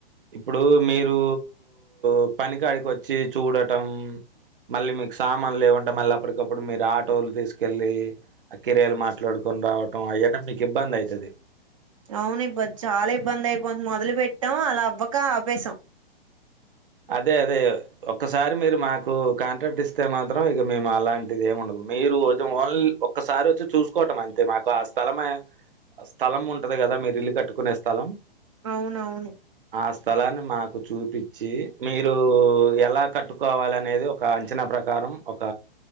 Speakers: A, on the right; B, on the right.
A: ఇప్పుడు మీరు ఉ పని కాడికి వచ్చి చూడటం మళ్ళీ మీకు సామాన్లు లేవంటే మళ్ళీ అప్పటికప్పుడు మీరు ఆటోలు తీసుకెళ్ళి ఆ కిరయాలు మాట్లాడుకో రావటం అయన్న మీకు ఇబ్బంది అయితది
B: అవును ఇబ్బది చాలా ఇబ్బంది అయిపోంది మొదలు పెట్టాం అలా అవ్వక ఆపెసాం
A: అదే అదే ఒక్కసారి మీరు మాకు కాంట్రాక్ట్ ఇస్తే మాత్రం ఇగ మేము అలాంటిది ఏమి ఉండదు మీరు ఓద్ ఓన్లీ ఒక్కసారి వచ్చి చూసుకోవటం అంతే మాకు ఆ స్థలమే స్థలం ఉంటది కదా మీరు ఇల్లు కట్టుకునే స్థలం
B: అవునవును
A: ఆ స్థలాన్ని మాకు చూపించి మీరు ఎలా కట్టుకోవాలినేది ఒక అంచనా ప్రకారం ఒక